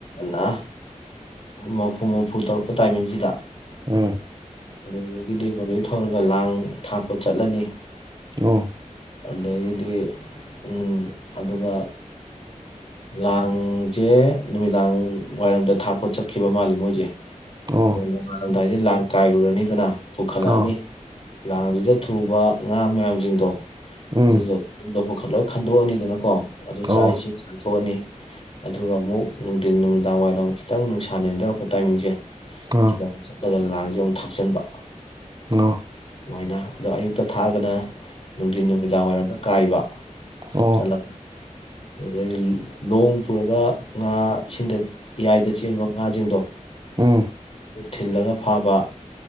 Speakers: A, on the left (about 45°); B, on the right (about 30°).
A: ꯅ ꯃꯐꯨ ꯃꯔꯐꯨ ꯇꯧꯔꯛꯄ ꯇꯥꯏꯃꯤꯡꯁꯤꯗ
B: ꯎꯝ
A: ꯑꯗꯨꯗꯒꯤꯗꯤ ꯃꯗꯨꯗꯩ ꯊꯧꯔꯒ ꯂꯥꯡ ꯊꯥꯛꯄ ꯆꯠꯂꯅꯤ
B: ꯑꯣ
A: ꯑꯗꯩꯒꯤꯗꯤ ꯎꯝ ꯑꯗꯨꯒ ꯂꯥꯡꯁꯦ ꯅꯨꯃꯤꯗꯥꯡ ꯋꯥꯏꯔꯝꯗ ꯊꯥꯛꯄ ꯆꯠꯈꯤꯕ ꯃꯥꯜꯂꯤ ꯃꯣꯏꯁꯦ
B: ꯑꯣ
A: ꯑ ꯅꯣꯡꯉꯥꯜꯂꯝꯗꯥꯏꯗ ꯂꯥꯡ ꯀꯥꯏꯔꯨꯔꯅꯤꯗꯅ ꯄꯨꯈꯠꯂꯛꯑꯅꯤ
B: ꯑꯥ
A: ꯂꯥꯡꯗꯨꯗ ꯊꯨꯕ ꯉꯥ ꯃꯌꯥꯝꯁꯤꯡꯗꯣ
B: ꯎꯝ
A: ꯑꯗꯨꯗꯣ ꯂꯣꯏ ꯄꯨ ꯈꯟꯗꯣꯛꯑꯅꯤꯗꯅ ꯀꯣ ꯑꯗꯨ
B: ꯑꯣ
A: ꯆꯥꯛ ꯏꯁꯤꯡ ꯆꯥꯊꯣꯛꯑꯅꯤ ꯑꯗꯨꯒ ꯑꯃꯨꯛ ꯅꯨꯡꯊꯤꯟ ꯅꯨꯃꯤꯗꯥꯡ ꯋꯥꯏꯔꯝ ꯈꯤꯇꯪ ꯅꯨꯡꯁꯥ ꯅꯦꯝꯊꯔꯛꯄ ꯇꯥꯏꯃꯤꯡꯖꯦ
B: ꯑꯥ
A: ꯌꯧꯖ ꯑꯩꯅ ꯂꯥꯡꯁꯦ ꯑꯃꯨꯛ ꯊꯥꯛꯆꯟꯕ
B: ꯅꯣ
A: ꯁꯨꯃꯥꯏꯅ ꯑꯗꯣ ꯑꯌꯨꯛꯇ ꯊꯥꯔꯒꯅ ꯅꯨꯡꯊꯤꯟ ꯅꯨꯃꯤꯗꯥꯡ ꯋꯥꯏꯔꯝꯗ ꯀꯥꯏꯕ
B: ꯑꯣ
A: ꯆꯠꯂꯒ ꯑꯗꯨꯗꯒꯤ ꯂꯣꯡ ꯄꯨꯔꯒ ꯉꯥ ꯏꯁꯤꯡꯗ ꯌꯥꯏꯗ ꯆꯦꯟꯕ ꯉꯥ ꯖꯤꯡꯗꯣ
B: ꯎꯝ
A: ꯊꯤꯜꯂꯒ ꯐꯥꯕ